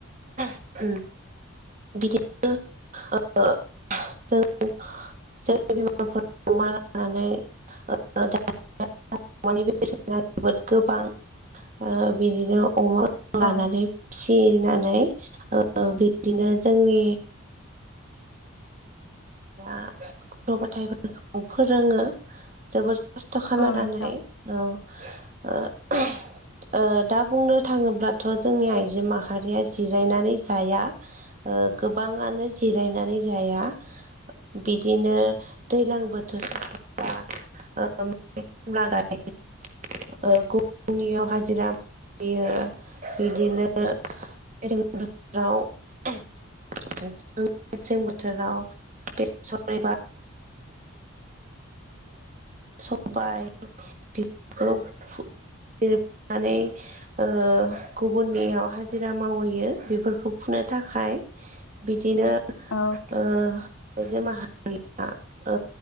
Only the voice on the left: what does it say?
औ
नोंथां
औ